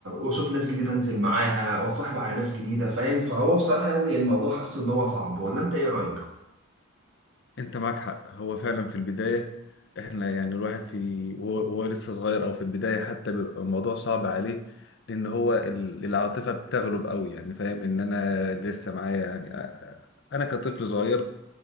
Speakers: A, on the right (about 60°); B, on the left (about 55°).
A: واشوف ناس جديده انزل معاها واتصاحب على ناس جديده فاهم فهو بصراحه يعني الموضوع حاسس ان هو صعب ولا انت ايه رايك
B: انت معاك حق هو فعلا في البداية احنا يعني الواحد في وهو وهو لسه صغير او في البداية حتى بيبقى الموضوع صعب عليه لان هو ال- العاطفة بتغلب قوي يعني فاهم ان انا لسه معايا يعني آه، آه، انا كطفل صغير